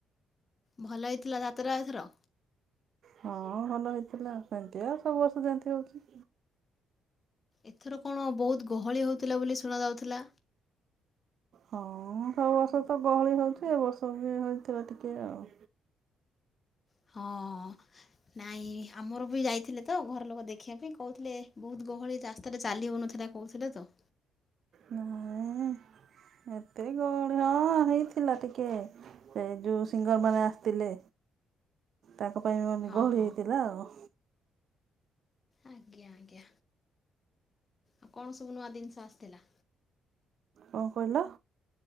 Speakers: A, on the left; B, on the right.
A: ଭଲ ହେଇଥିଲା ଯାତ୍ରା ଏଥର
B: ହଁ, ଭଲ ହେଇଥିଲା ସେମିତି, ଆଉ ସବୁ ବର୍ଷ ଯେମତି ହଉଛି।
A: ଏଥର କଣ ବହୁତ ଗହଳି ହଉଥିଲା ବୋଲି ଶୁଣ ଯାଉଥିଲା?
B: ହଁ-ଅ, ସବୁ ବର୍ଷ ତ ଗହଳି ହଉଛି, ଏ ବର୍ଷ ବି ହେଇଥିବ ଟିକଏ ଆଉ।
A: ହଁ-ଅ। ନାଇଁ, ଆମର ବି ଯାଇଥିଲେ ତ, ଘର ଲୋକ ଦେଖିବା ପାଇଁ କହୁଥିଲେ, ବହୁତ ଗହଳି ରା ରାସ୍ତାରେ ଚାଲି ହଉନଥିଲା କହୁଥିଲେ ତ।
B: ନା-ଆ-ଇଁ ଏ, ତେ ଗହଳି ହଁ, ହେଇଥିଲା ଟିକେ। ସେ ଯୋଉ ସିଙ୍ଗର ମାନେ ଆସିଥିଲେ, ତାଙ୍କ ପାଇଁ ମାନେ
A: ହଁ
B: ଗହଳି
A: ହଁ
B: ହେଇଥିଲା ଆଉ।
A: ଆଜ୍ଞା, ଆଜ୍ଞା, ଆଉ କଣ ସବୁ ନୂଆ ଜିନିଷ ଆସିଥିଲା?
B: କଣ କହିଲ?